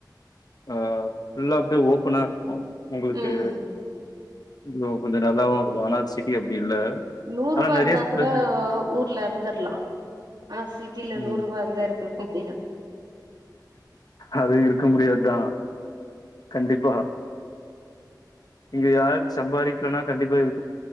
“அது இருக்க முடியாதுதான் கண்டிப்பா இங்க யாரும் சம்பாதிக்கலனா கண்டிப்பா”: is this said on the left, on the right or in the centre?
Left